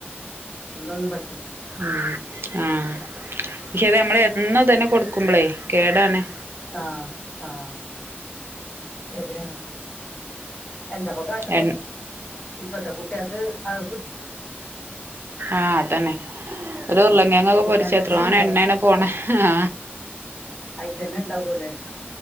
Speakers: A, on the left; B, on the right.
A: ഒന്നൊന്നും പറ്റൂ-
B: ആഹ പക്ഷെ നമ്മള് എന്ന തന്നെ കൊടുക്കുമ്പോളേ കേടാണ്
A: ആഹ ആഹ ശരിയാണ്. എന്താപ്പൊ കാട്ടെ
B: എ
A: ഇപ്പത്തെ കുട്ടികക്ക് ആഹ്
B: ആഹതന്നെ ഒരു
A: ആ
B: ഉരുളങ്കേങ്ങൊക്കെ
A: അവർക്ക്
B: പൊരിച്ചേത്ര
A: അങ്ങനെ ശീലായി
B: എണ്ണേനെ പോണ ആ
A: അയിത്തന്നെ ഉണ്ടാവലെ എണ്ണ